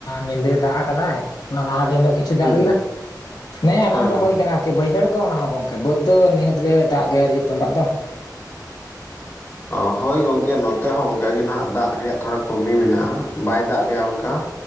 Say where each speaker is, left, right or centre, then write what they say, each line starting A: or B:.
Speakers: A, on the left (about 65°); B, on the left (about 30°).
A: ᱧᱤᱫᱟᱹ ᱫᱟᱜ ᱟᱠᱟᱫᱟᱭ ᱚᱱᱟ ᱞᱟᱦᱟ ᱨᱮᱱᱟᱜ ᱫᱚ ᱠᱟᱡ ᱪᱷᱩ ᱫᱟᱜ,
B: ᱦᱩᱸ
A: ᱱᱮᱸ ᱟᱨᱟᱢᱵᱚ
B: ᱦᱳᱭ ᱦᱳᱭ
A: ᱦᱩᱭ ᱟᱠᱟᱱᱟ ᱾ ᱵᱟᱹᱭᱦᱟᱹᱲ ᱠᱚ ᱚᱱᱟ ᱦᱚᱸ ᱜᱚᱝᱠᱮ, ᱵᱟᱹᱫᱽ ᱫᱚ ᱱᱤᱦᱟᱹᱛ ᱜᱮ ᱫᱟᱜ ᱜᱮᱨ ᱛᱚᱢᱵᱟᱜ ᱫᱚ ᱾
B: ᱦᱚᱭ ᱜᱚᱢᱠᱮ ᱱᱚᱛᱮ ᱦᱚᱸ ᱚᱱᱠᱟᱜ ᱜᱮ ᱱᱟᱦᱟᱜ ᱫᱟᱜ ᱨᱮᱭᱟᱜ ᱛᱷᱚᱲᱟ ᱠᱚᱢᱤ ᱢᱮᱱᱟᱜᱼᱟ ᱵᱟᱭ ᱫᱟᱜ ᱞᱮᱭᱟ ᱚᱱᱠᱟ,